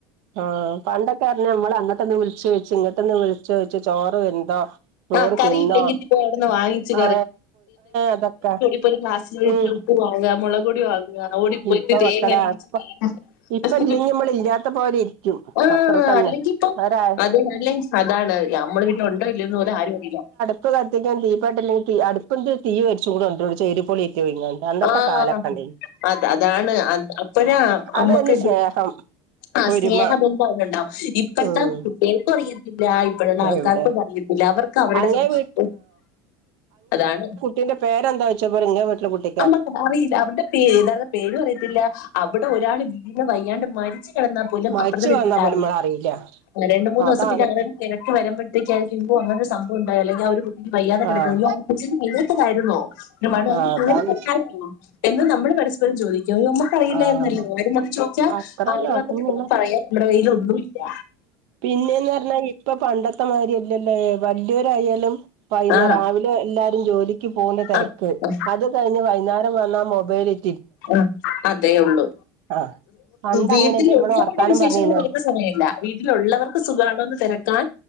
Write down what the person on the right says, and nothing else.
ആഹ് പണ്ടൊക്കെർഞമ്മള് അങ്ങോട്ടൊന്ന് വിൾചോയിച്ച് ഇങ്ങോട്ടൊന്ന് വിൾചോ ച്ച് ചോറ് വെന്തോ ചോറ്
തിന്നോ
ആ അതൊക്കെ.
ഉം
ഇപ്പൊ
മക്കളെ
ഇപ്പ ഇപ്പ ഇല്ലെങ്കി നമ്മൾ ഇല്ലാത്ത പോലെ ഇരിക്കും
അത്ര തന്നെ
ഒരാ
പ്പ് കത്തിക്കാൻ തീപട്ടില്ലേയ്റ്റ് അടുപ്പന്ത് തീ കരിച്ചൂട് കണ്ടോയിണ് ചേരിപ്പൊളിയേറ്റ് പോയിങ്ങാണ്ട് അന്നത്തെ
കാലക്കെണ്ടേനി
അതായിരുന്നു
സ്നേഹം
ഒരുമ
ഉം
എവിടെ
അങ്ങേ
വീ
പിന്നെ പേരെന്തായ്ച്ച പറിം ഇന്നേ വീട്ടിലെ കുട്ടി
മരിച്ചു
വന്നാ പോലും ഇമ്മള് അറിയില്ല
അതാണ്
ആഹ്
ആഹ് അതാണ്
ആഹ്
അത്രന്നെ
അതന്നെള്ളു
പിന്നേന്ന് പറഞ്ഞാ ഇപ്പ പണ്ടത്തെ മാരിയല്ലല്ലോ വല്ല്യോരായാലും വൈന്നേരം
രാ വിലെ എല്ലാരും ജോലിക്ക് പോന്ന തെരക്ക്
അത് കഴിഞ്ഞ് വൈന്നേരം വന്നാ മൊബൈലിൽ
ആ പണ്ട്
അങ്ങനെയല്ലേ നമ്മള് വർത്താനം
പറഞ്ഞിരുന്നോ